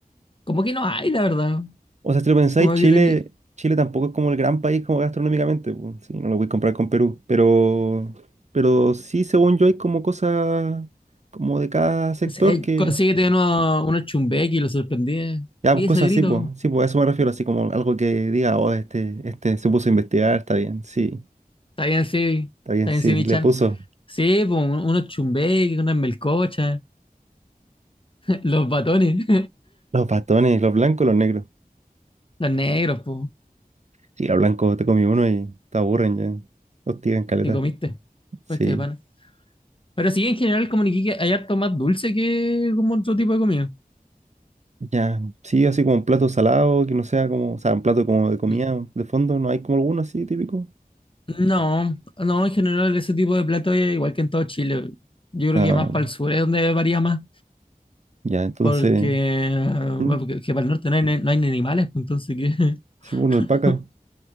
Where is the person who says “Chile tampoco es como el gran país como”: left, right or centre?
Right